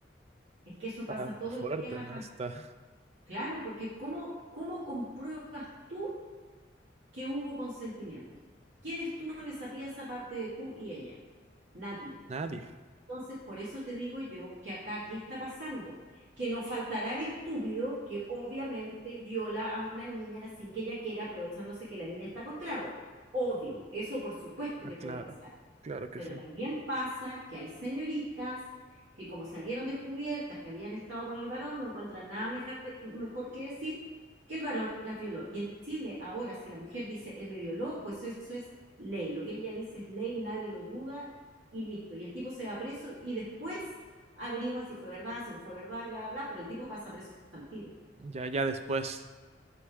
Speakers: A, on the right (about 80°); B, on the right (about 35°).
A: Es que eso pasa
B: está- está
A: todos
B: fuerte,
A: los días acá.
B: ¿no? Está
A: Claro, porque ¿cómo, cómo compruebas tú que hubo consentimiento? ¿Quién estuvo en esa pieza aparte de tú y ella? Nadie.
B: <laughs> nadie.
A: Entonces, por eso te digo yo que acá, ¿qué está pasando? Que nos faltará el estúpido que obviamente viola a una niña sin que ella quiera, aprovechándose que la niña está con trago. Obvio, eso por supuesto
B: Ah,
A: que
B: claro,
A: puede pasar.
B: claro que
A: Pero
B: sí.
A: también pasa que hay señoritas que como salieron descubiertas que habían estado con el varón, no encuentran nada mejor, de- mejor que decir que el varón las violó. Y en Chile ahora si la mujer dice, él me violó, pues eso es ley. Lo que ella dice es ley, nadie lo duda y listo. Y el tipo se va preso y después averigua si fue verdad, si no fue verdad, bla, bla, bla, pero el tipo pasa preso al tiro.
B: Ya, ya después.